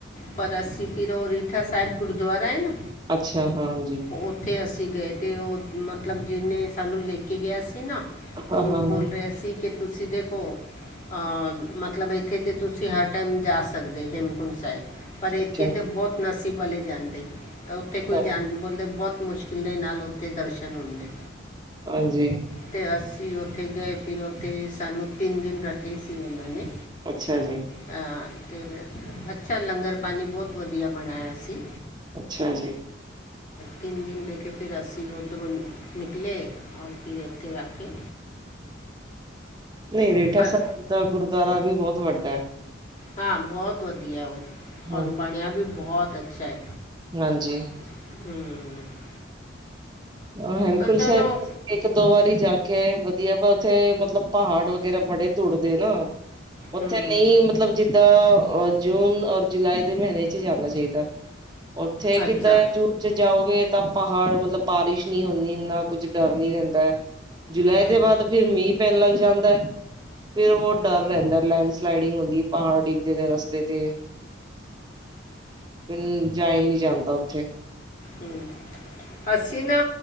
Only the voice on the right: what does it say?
ਅੱਛਾ, ਹਾਂਜੀ।
ਹਾਂ
ਹਾਂ
ਹਾਂ
ਅੱਛਾ
ਅੱਛਾ,
ਹਾਂਜੀ।
ਅੱਛਾ ਜੀ।
ਅੱਛਾ ਜੀ।
ਨਹੀਂ ਰੀਠਾ
ਸਾਹਿਬ ਦਾ ਗੁਰਦੁਆਰਾ ਵੀ ਬਹੁਤ ਵੱਡਾ ਹੈ।
ਹੂੰ,
ਹਾਂਜੀ।
ਆ ਹੇਮਕੁੰਟ
ਸਾਹਿਬ। ਇੱਕ ਦੋ ਵਾਰੀ ਜਾ ਕੇ ਆਏ ਵਧੀਆ ਪਰ ਉੱਥੇ ਮਤਲਬ ਪਹਾੜ ਵਗੈਰਾ ਬੜੇ ਟੁੱਟਦੇ ਨਾ। ਉੱਥੇ
ਨਹੀਂ ਮਤਲਬ ਜਿੱਦਾਂ ਅ ਜੂਨ ਔਰ ਜੁਲਾਈ ਦੇ ਮਹੀਨੇ ਚ ਜਾਣਾ ਚਾਹੀਦਾ। ਉੱਥੇ ਕਿੱਦਾਂ
ਜੂਨ ਚ ਜਾਓਗੇ ਤਾਂ ਪਹਾੜ ਮਤਲਬ। ਬਾਰਿਸ਼ ਨਹੀਂ ਹੁੰਨੀ ਇੰਨਾ ਕੁੱਝ ਡਰ ਨੀ ਰਹਿੰਦਾ ਜੁਲਾਈ
ਦੇ ਬਾਅਦ। ਫੇਰ ਮੀਂਹ ਪੈਣ ਲੱਗ ਜਾਂਦਾ। ਫੇਰ ਬਹੁਤ ਡਰ ਰਹਿੰਦਾ ਲੈਂਡਸਲਾਈਡਿੰਗ ਹੁੰਦੀ ਹੈ ਪਹਾੜ ਡਿੱਗਦੇ ਨੇ ਰਸਤੇ ਤੇ। ਫਿਰ ਜਾਈ ਨਹੀਂ ਜਾਂਦਾ ਉੱਥੇ।